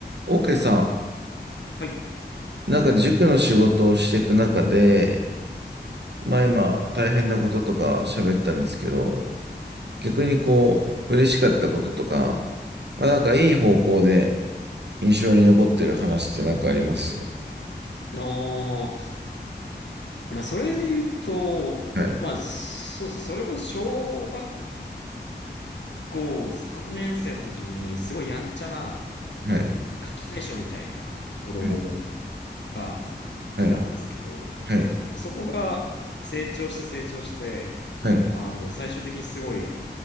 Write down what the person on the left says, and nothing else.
はい。
ああ、まあ、それで言うと、
まあ、そうですね。それこそ小学校3年生の時に、すごいやんちゃな、
まあ、ガキ大将みたいな子供
が来たんですけど、
なんかそこが成長して成長して、
あの、最終的にすごい